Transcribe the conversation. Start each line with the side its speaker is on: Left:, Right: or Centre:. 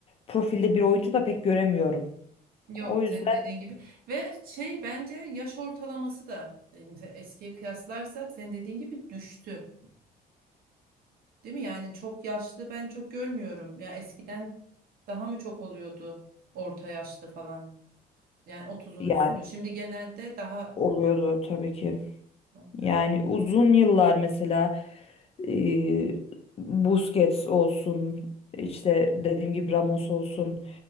Left: profilde bir oyuncu da pek göremiyorum.
Right: Yok
Left: O yüzden
Right: senin dediğin gibi ve şey bence yaş ortalaması da e, mesela eskiye kıyaslarsak senin dediğin gibi düştü. Değil mi? Yani çok yaşlı ben çok görmüyorum. Ya eskiden daha mı çok oluyordu orta yaşlı falan. Yani otuzun
Left: yani
Right: üstü. Şimdi genelde daha
Left: oluyordu
Right: hep
Left: tabii ki.
Right: bana böyle
Left: Yani
Right: geldi.
Left: uzun yıllar mesela e, Busquets olsun, işte dediğim gibi Ramos olsun,